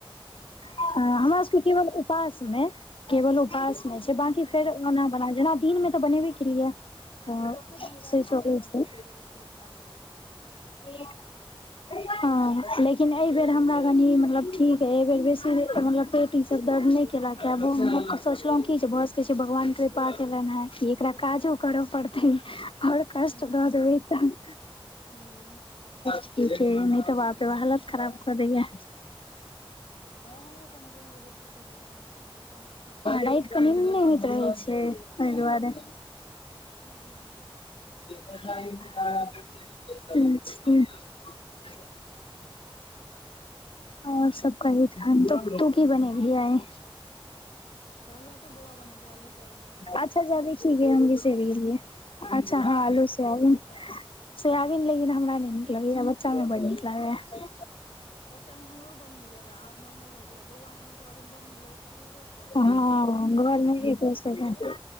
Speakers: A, on the left; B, on the left.
A: अ
B: हँ भगवान
A: हमरा
B: लए
A: सबके
B: नहि बनेबै
A: केवल उपास मे केवल उपास
B: हँ
A: नहि छै बाछंकी फेर
B: उपासोमे
A: ओना बना
B: नहि
A: छै दिन मे त बनेबे केलियैये। त
B: नहि रातिमे
A: से चलै
B: मतलब
A: छै।
B: की कहै छै खा सकै छी खाना
A: <unintelligible> हँ लेकिन एहिबेर हमरा कनि मतलब ठीक अइ एहि बेर बेसी मतलब पेटी दर्द नहि केल के सोचलों कि भ सकै छै भगवान कृपा केलनि हैं एकरा काजो कर कर पड़तैन और कष्ट
B: हुँ
A: बड
B: हुँ
A: होइतैन
B: हुँ
A: ठीक है नहि त वाप रे हालत खराब क दैये।
B: हँ हमरो कोनो कोनो बेर बेसी भ जैये कोनो कोनो बेर कम रहल
A: राति के निन्न नै होइत रहै छै ऐ दुआरे
B: हुं।
A: <unintelligible> और सब कही ध्यान त तू की बनेवही आइ
B: कहलहुँ तऽ बौआ बनेतै आलू सोयाबीन के सब्जी
A: अच्छा जे अबै छी हम बिसरि गेलियै। अच्छा हाल सब। सोयबीन लेकिन हमरा नै नीक लगैये, बच्चामे बड नीक लागैये।
B: बच्चा मे हमरो बड़ नीक लगैये, आब नॉर्मल लगैये। बौआ के हमरा सोयाबीन बड नीक लगै छै शुरुए से ओ
A: हँ
B: एक बीच हमरा सोयाबीन
A: घर मे
B: एते
A: एक
B: खुएलकै
A: बेर सोयाबीन